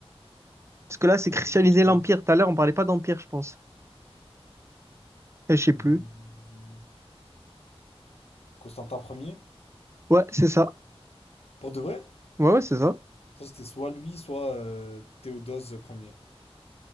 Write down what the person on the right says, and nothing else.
Parce que là, c'est
christianiser
l'Empire. Tout à l'heure, on parlait pas d'Empire, je pense. Euh, Je sais
plus.
Ouais, c'est ça.
Ouais, ouais, c'est ça.